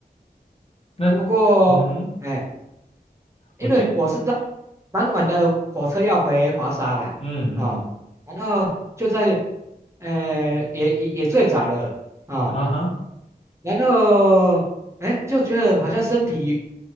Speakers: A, on the left; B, on the right.
A: 那
B: 啊，不过，
A: 嗯，哼，
B: 哎、因为我是在
A: 我记
B: 蛮晚的火车要回华沙啦，
A: 嗯嗯
B: 啊、然后就在，呃，也也也睡着了啊、
A: 啊哈，
B: 然后，哎、就觉得好像身体，